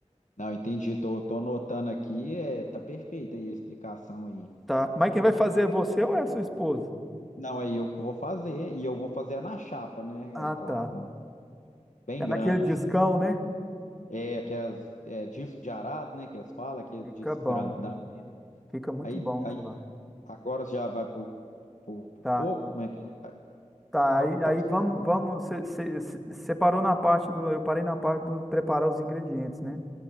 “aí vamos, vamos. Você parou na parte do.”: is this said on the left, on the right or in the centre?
Centre